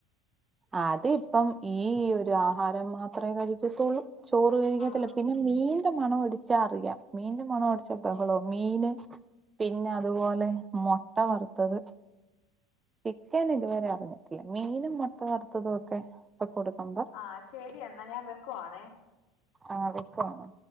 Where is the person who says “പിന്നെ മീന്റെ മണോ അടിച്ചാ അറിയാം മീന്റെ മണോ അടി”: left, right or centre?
Right